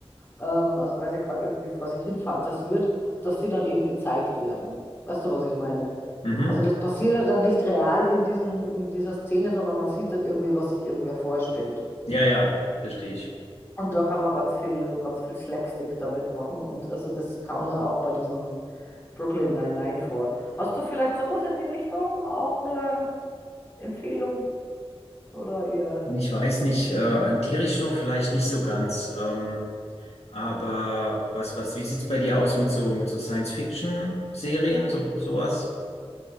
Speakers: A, on the left (about 20°); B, on the left (about 80°).
A: ähm, also weil sie gerade irgendwie vor sich hin fantasiert, dass die dann eben gezeigt werden. Weißt du, was ich meine?
B: Mhm.
A: Also das passiert ja dann nicht real in diesen, in dieser Szene, sondern man sieht dann irgendwie, was sich irgendwer vorstellt.
B: Ja, ja, verstehe ich.
A: Und da kann man ganz viel, ganz viel Slapstick damit machen. Und also das kam dann auch bei diesem Brooklyn Nine-Nine vor. Hast du vielleicht sowas in die Richtung? Auch eine Empfehlung? Oder eher.
B: Ich weiß nicht, äh, in die Richtung vielleicht nicht so ganz. Ähm, aber was, was, wie sieht's bei dir aus mit so, mit so Science-Fiction-Serien, so, sowas?